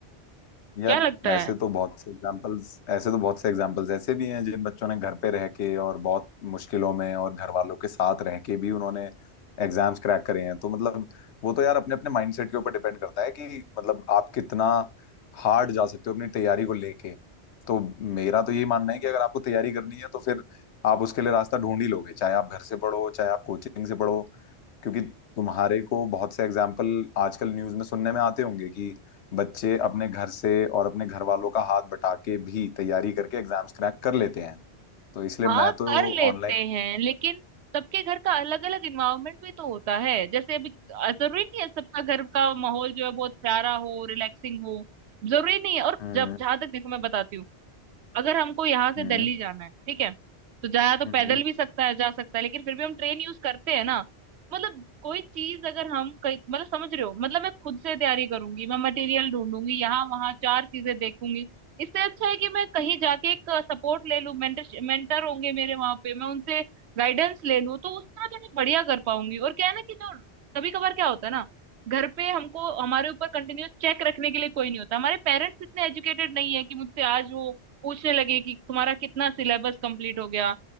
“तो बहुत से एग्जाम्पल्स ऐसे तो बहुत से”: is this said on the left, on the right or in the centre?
Left